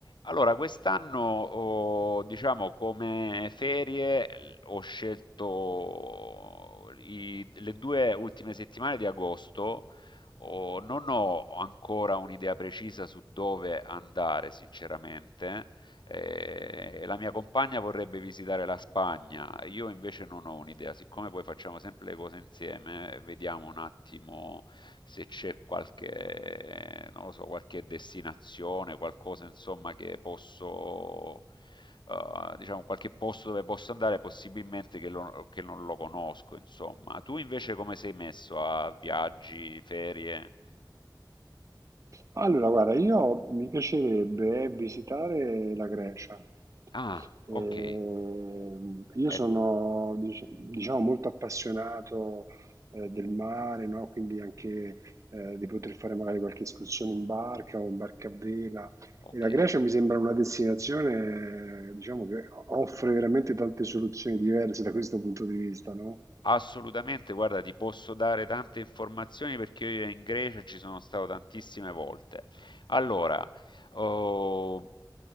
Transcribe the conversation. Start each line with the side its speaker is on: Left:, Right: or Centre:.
Left: Allora, quest'anno, ho, diciamo, come ferie l- ho scelto i- le due ultime settimane di agosto. Ho- non ho ancora un'idea precisa su dove andare, sinceramente. Eh, la mia compagna vorrebbe visitare la Spagna, io invece non ho un'idea, siccome poi facciamo sempre le cose insieme, vediamo un attimo se c'è qualche, non lo so, qualche destinazione, qualcosa insomma che posso, eh, diciamo, qualche posto dove posso andare, possibilmente che, lo- che non lo conosco, insomma. Tu invece come sei messo a viaggi, ferie?
Right: Allora, guarda, io mi piacerebbe eh, visitare la Grecia.
Left: Ah,
Right: Ehm,
Left: ok.
Right: io sono,
Left: Eh,
Right: dic- diciamo, molto appassionato, eh, del mare, no? Quindi anche, eh, di poter fare magari qualche escursione in barca o in barca a vela.
Left: ok.
Right: E la Grecia mi sembra una destinazione, eh, diciamo, che offre veramente tante soluzioni diverse da questo punto di vista, no?
Left: Assolutamente, guarda, ti posso dare tante informazioni perché io in Grecia ci sono stato tantissime volte. Allora, oh,